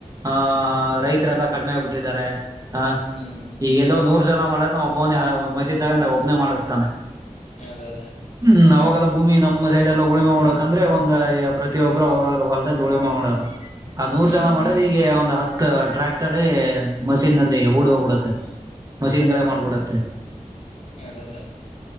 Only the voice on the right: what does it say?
ಆ ರೈತರೆಲ್ಲ ಕಡಿಮೆ ಆಗ್ಬಿಟ್ಟಿದ್ದಾರೆ ಹ
ಈ ಎಲ್ಲೋ ನೂರು ಜ ಮಾಡ ನಾ ಒಬ್ಬನ ಒಂದ ಮಶೀನ್ ತಗೊಂಡು ಒಬ್ಬನೇ ಮಾಡ ಹೋಗ್ತಾನೆ
ಹ್ಮ ಅವಾಗೆಲ್ಲ ಭೂಮಿ ನಮ್ಮ ಸೈಡ್ ಎಲ್ಲ ಉಳಿಮ ಮಾಡಡಕ ಅಂದ್ರೆ ಒಂದ ಪ್ರತಿಯೊಬ್ಬರು ಅವ್ರವ್ರ ಹೊಲ್ದಲ್ಲಿ ಉಳಿಮೇ ಮಾಡೋರು ಆ ನೂರ್
ಜನ ಮಾಡ್ರ ಈಗ ಒಂದು ಹತ್ ಟ್ರ್ಯಾಕ್ಟರ್ ಮಷೀನ್ಲ್ಲಿ ಹೂಡಿ ಹೋಗ್ಬಿಡುತ್ತೆ ಮಷಿನ್ಗಳೇ ಮಾಡ್ಬಿಡತ್ತೆ